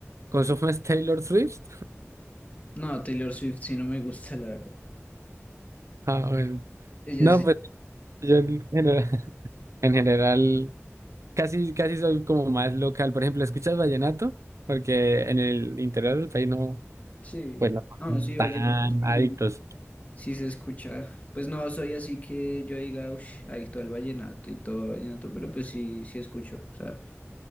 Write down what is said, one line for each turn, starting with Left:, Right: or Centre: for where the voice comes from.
Right: ¿Consumo <laughs> es Taylor Swift?
Left: No, Taylor Swift sí no me gusta, la verdad.
Right: Ah, bueno.
Left: Ella
Right: No,
Left: sí.
Right: pues yo en general, <laughs> en general casi, casi soy como más local. Por ejemplo, ¿escuchas vallenato? Porque en el interior del país no.
Left: Sí.
Right: pues no
Left: No,
Right: son
Left: sí,
Right: tan
Left: vallenato sí.
Right: adictos.
Left: Sí se escucha. Pues no soy así que yo diga, uff, adicto al vallenato y todo el vallenato, pero pues sí, sí escucho. O sea,